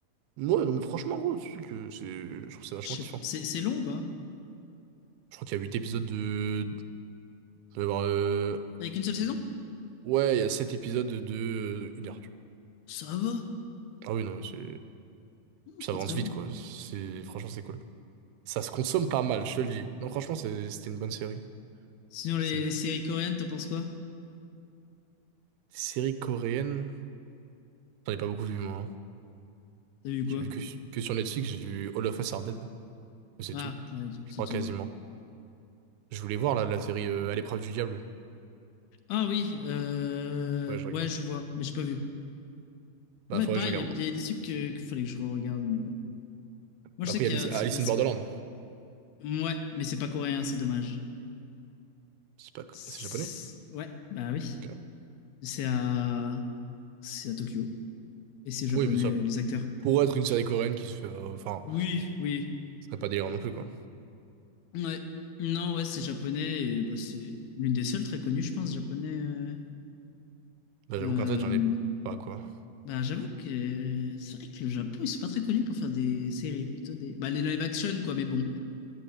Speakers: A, on the right (about 85°); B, on the left (about 80°).
A: Ouais, non, mais franchement, gros, tu sais que c'est, je trouve ça vachement
B: Je
A: kiffant.
B: sais- C'est c'est long ou pas?
A: Je crois qu'il y a 8 épisodes de. de- de- euh,
B: Avec une seule saison?
A: Ouais, il y a 7 épisodes de une heure, tu vois.
B: Ça va.
A: Ah oui, non, mais c'est.
B: Non,
A: Puis
B: c'est
A: ça
B: pas
A: avance
B: très long.
A: vite, quoi. C'est... Franchement, c'est cool. Ça se consomme pas mal, je te le dis. Non, franchement, c'est- c'était une bonne série.
B: Sinon,
A: C'est
B: les,
A: une
B: les séries coréennes, t'en penses quoi?
A: série coréenne. J'en ai pas beaucoup vu, moi. hein.
B: T'as vu quoi?
A: J'ai vu que, que sur Netflix, j'ai vu All of Us Are Dead. Mais c'est
B: Ah,
A: tout.
B: ouais,
A: Je
B: c'est
A: crois
B: tout,
A: quasiment.
B: ouais.
A: Je voulais voir, là, la série euh, À l'épreuve du diable.
B: Ah oui, euh...
A: Ouais, je
B: ouais,
A: regarde.
B: je vois, mais j'ai pas vu.
A: Bah,
B: Ouais,
A: faudrait
B: pareil,
A: que je regarde,
B: il
A: moi.
B: y a des trucs que- qu'il fallait que je regarde mais ouais. Moi, je
A: Après,
B: sais qu'il
A: il y a Alice
B: y a. c'est-
A: Alice
B: bah, c'est-
A: in Borderland.
B: ouais, mais c'est pas coréen, c'est dommage.
A: C'est pas...
B: C'est-
A: C'est japonais?
B: Ouais, bah oui.
A: Ok.
B: C'est à. C'est à Tokyo. Et c'est japonais,
A: Oui, mais ça
B: euh, les acteurs.
A: pourrait être une série coréenne qui se fait. euh, Enfin,
B: Oui, oui.
A: ce serait pas délirant non plus, quoi.
B: Ouais. Non, ouais, c'est japonais. Et bah, c'est l'une des seules très connues, je pense, japonais. euh,
A: Bah,
B: euh,
A: j'avoue qu'en tête, j'en ai pas, quoi.
B: Bah, j'avoue que c'est vrai que le Japon, ils sont pas très connus pour faire des séries, plutôt des. Bah, les live action, quoi, mais bon.